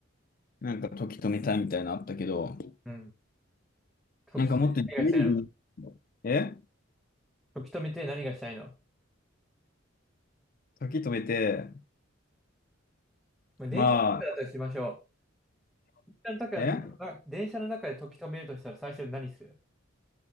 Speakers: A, on the left; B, in the centre.
A: なんか時止めたいみたいなのあったけど、
B: うん。時止めて何がしたいの
A: なんかもっと自由に、え
B: 時止めて何がしたいの
A: 時止めて、
B: まあ、電車の中だとしましょう。
A: まあ、
B: 電車の中な電車の中で時止めるとしたら最初に何する
A: え